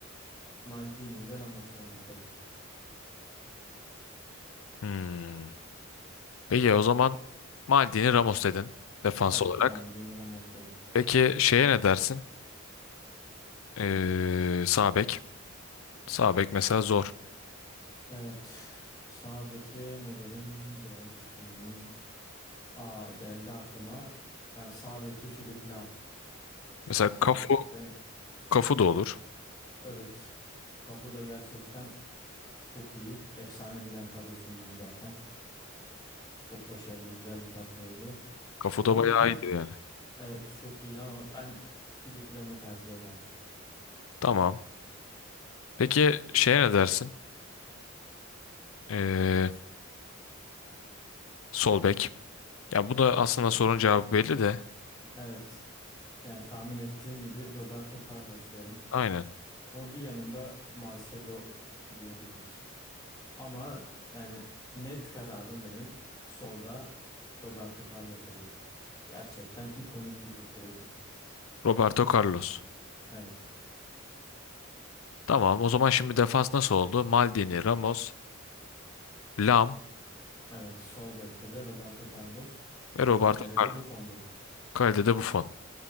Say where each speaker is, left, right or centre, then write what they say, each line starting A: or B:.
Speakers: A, on the left; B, on the left.
A: Maldini ile Ramos'u oynatırdım.
B: Hmm. Peki o zaman Maldini Ramos dedin defans
A: Evet,
B: olarak.
A: Maldini Ramos dedim.
B: Peki şeye ne dersin? Eee sağ bek. Sağ bek mesela zor.
A: Evet. Sağ beke ne derim? Biraz düşüneyim. Aa geldi aklıma. Yani sağ beki Philip Lam.
B: Mesela
A: Sağ
B: Kafu,
A: bekte.
B: Kafu da olur.
A: Evet. Cafu da gerçekten çok iyi. Efsane Milan kadrosundan zaten. Çok başarılı, güzel bir kadroydu.
B: Kafu
A: Ama
B: da bayağı
A: ben
B: iyidir yani.
A: evet çok iyiydi ama ben Philip Lam'ı tercih ederdim.
B: Tamam. Peki şeye ne dersin? Eee sol bek. Ya bu da aslında sorun cevabı belli de.
A: Evet. Yani tahmin ettiğin gibi Roberto Carlos derim.
B: Aynen.
A: Ama bir yanımda Marcelo diyebilir. Ama yani net kararım benim solda Roberto Carlos olur. Gerçekten ikonik bir futbolcu.
B: Roberto Carlos.
A: Evet.
B: Tamam o zaman şimdi defans nasıl oldu? Maldini, Ramos, Lam
A: Evet. Sol bekte de Roberto Carlos.
B: ve Roberto
A: Kalede
B: Carlos.
A: de Buffon dedik.
B: Kalede bu Buffon.